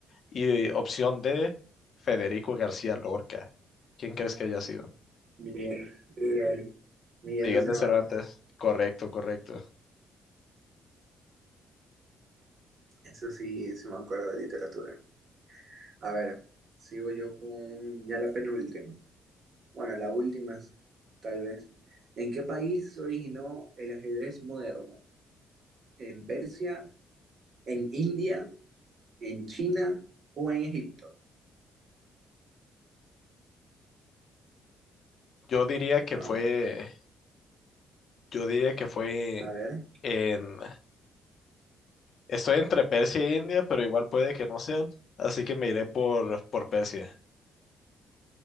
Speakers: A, on the left; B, on the right.
A: y opción D, Federico García Lorca. ¿Quién crees que haya sido?
B: Miguel, Miguel, Miguel
A: Miguel
B: de Cervantes.
A: de Cervantes. Correcto, correcto.
B: Eso sí, sí me acuerdo de literatura. A ver, sigo yo con ya la penúltima. Bueno, la última, es- tal vez. ¿En qué país se originó el ajedrez moderno? ¿En Persia, en India, en China o en Egipto?
A: Yo diría que
B: Vamos.
A: fue, yo diría que fue
B: A ver.
A: en Estoy entre Persia e India, pero igual puede que no sean, así que me iré por, por Persia.